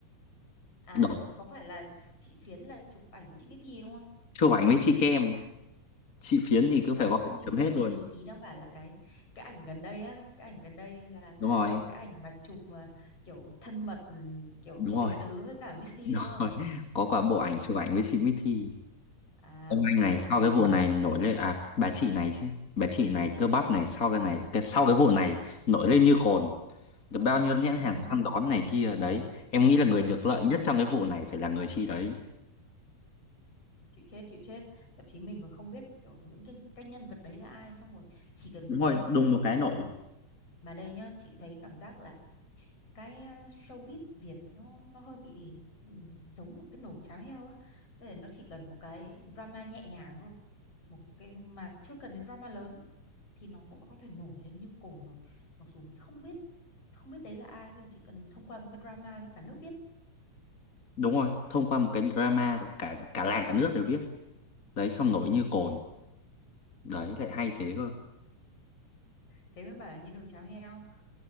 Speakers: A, on the left (about 45°); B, on the left (about 30°).
A: À
B: đó
A: có phải là chị Phiến là chụp ảnh với chị Bích Thi đúng không?
B: chụp ảnh với chị kem chị phiến thì cứ
A: À
B: phải
A: không
B: gọi là
A: nhưng
B: chấm
A: mà
B: hết
A: ý
B: luôn
A: ý ý đang bảo là cái cái ảnh gần đây á, cái ảnh gần đây là
B: đúng rồi
A: có cái ảnh mà chụp mà kiểu thân mật ừ, kiểu
B: đúng rồi
A: tình tứ với cả Miss
B: <laughs>
A: Thi
B: đúng
A: đúng không?
B: rồi có quả bộ ảnh chụp ảnh với chị Mithy
A: À
B: ông
A: ok
B: anh này
A: ok.
B: sau cái vụ này nổi lên à bà chị này chứ bà chị này cơ bắp này sau cái này cái sau cái vụ này nổi lên như cồn được bao nhiêu nhãn
A: <laughs>
B: hàng săn đón này kia đấy em nghĩ là người được
A: Chịu
B: lợi
A: chết,
B: nhất trong cái vụ này phải là người chị đấy
A: chịu chết, chịu chết. Thậm chí mình còn không biết kiểu những cái cái nhân vật đấy là ai xong rồi chỉ cần
B: đúng
A: bây
B: rồi
A: giờ
B: đùng một cái
A: mà
B: nổi
A: mà đây nhá, chị thấy cảm giác là cái à, showbiz Việt nó nó hơi bị ừ, giống một cái nồi cháo heo á bây giờ nó chỉ cần một cái drama nhẹ nhàng thôi một cái mà chưa cần đến drama lớn thì nó cũng đã có thể nổi lên như cồn rồi mặc dù mình không biết không biết đấy là ai bây giờ chỉ cần thông qua một cái drama thôi cả nước biết
B: đúng rồi thông qua một cái drama rồi cả cả làng cả nước đều biết đấy xong nổi như cồn đấy lại hay thế cơ
A: thế mới bảo là như nồi cháo heo